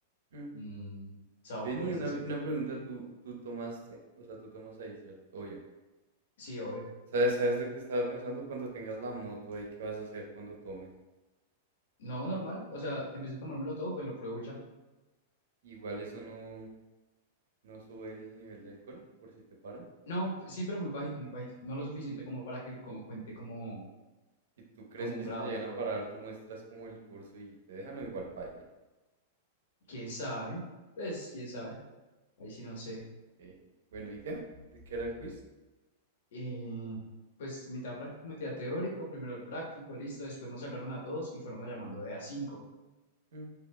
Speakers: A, on the right; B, on the left.
A: Mm.
B: mm, sabores
A: Vení, una,
B: de ciertos
A: una
B: cócteles.
A: pregunta, ¿tú, tú tomaste? O sea, tú tomas ahí, ¿cierto? O yo.
B: Sí, obvio.
A: ¿Sabes, sabes de qué estaba pensando? Cuando tengas la moto ahí, ¿qué vas a hacer cuando tomes?
B: No, normal, o sea, en vez de tomármelo todo, pues lo pruebo y ya.
A: Igual eso no, no sube el nivel de alcohol, por si te paran.
B: No, p- sí, pero muy bajito, muy bajito. No lo suficiente como para que como cuente como,
A: ¿Y tú crees
B: como
A: que
B: un
A: si
B: grado
A: te llegan
B: de alcohol.
A: a parar, tú muestras como el curso y te dejan o igual paila?
B: ¿Quién sabe? Pues, quién sabe. Ahí sí no sé.
A: Ok, ok. Bueno, ¿y qué? ¿De qué era el quiz?
B: Y pues mitad práctico, mitad teórico, primero el práctico, listo, después nos sacaron a todos y fueron llamando de a cinco
A: Mm,